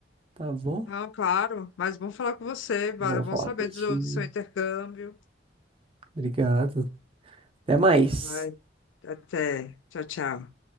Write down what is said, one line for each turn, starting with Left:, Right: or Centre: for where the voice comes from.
Right: tá bom?
Left: Não, claro, mas bom falar com você, va-
Right: Bom
Left: bom
Right: falar
Left: saber
Right: contigo.
Left: do, do seu intercâmbio.
Right: Obrigado. Até mais.
Left: Vai. Até. Tchau, tchau.